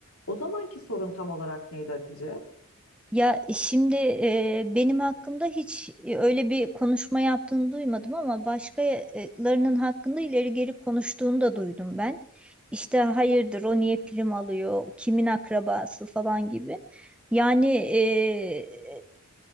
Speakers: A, on the left (about 75°); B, in the centre.
A: O zamanki sorun tam olarak neydi Hatice?
B: Ya şimdi e, benim hakkımda hiç e, öyle bir konuşma yaptığını duymadım ama başkalarının hakkında ileri geri konuştuğunu da duydum ben. İşte hayırdır o niye prim alıyor, kimin akrabası falan gibi. Yani e,